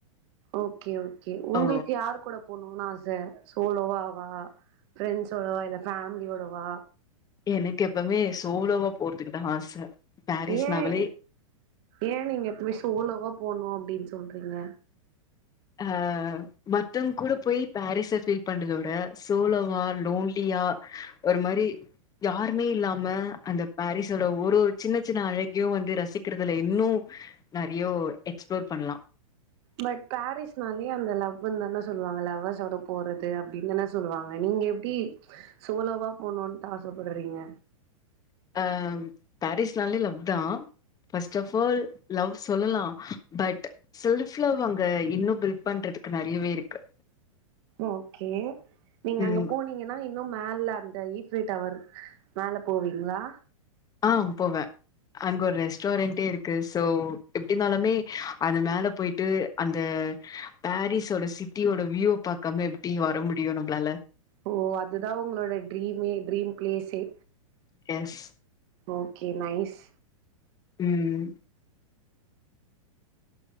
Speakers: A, on the right; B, on the left.
A: ஓகே ஓகே உங்களுக்கு
B: ஓ
A: யாரு கூட போணுனு ஆசை சோலோவா வா ஃப்ரெண்ட்சோடவா இல்ல ஃபேமிலியோடவா
B: எனக் எப்பமே சோலோவா போறதுக்குதா ஆச பாரிஸ்னாவலே
A: ஏன் ஏன் நீங்க எப்பமே சோலோவா போனு அப்டின் சொல்றீங்க
B: ஆ மத்தவ்ங் கூட போய் பேரிஸா பீல் பண்ற விட சோலோவா லோன்லியா ஒரு மாரி யாருமே இல்லாம அந்த பாரிஸ்ஸோட ஒரு ஒரு சின்ன சின்ன அழகையு வந்து ரசிக்கிறதுல இன்னு நறையோ எக்ஸ்ப்ளோர் பண்லா
A: பட் பேரீஸ்னாலே அந்த லவ்வுன் தான சொல்லுவாங்க லவ்வர்ஸோட போறது அப்டின் தன சொல்லுவாங்க நீங்க எப்டி சோலோவா போணுன்ட்டு ஆசப்படுறீங்க
B: ஆ பேரிஸ்னாலே லவ்தா பஸ்ட்ட வாஃபால் லவ் சொல்லலா பட் செல்ஃப்ல அங்க இன்னும பில்ட் பண்றதுக்கு நெறையவே இருக்கு
A: ஓகே நீங்க
B: ம்
A: அங்க போனீங்கன்னா இன்னும் மேல அந்த ஈஃப்ரீ டவர் மேல போவீங்ளா
B: ஆ போவ அங்க ஒரு ரெஸ்டாரண்டே இருக்கு சோ எப்டினாலுமே அது மேல போய்ட்டு அந்த பேரிஸ்ஸோட சிட்டியோட வியூ பாக்காம எப்டி வர முடியு நம்ளால
A: ஓ அதுதா உங்களோட ட்ரீமே ட்ரீம் பிளேஸே
B: எஸ்
A: ஓகே நைஸ்
B: ம்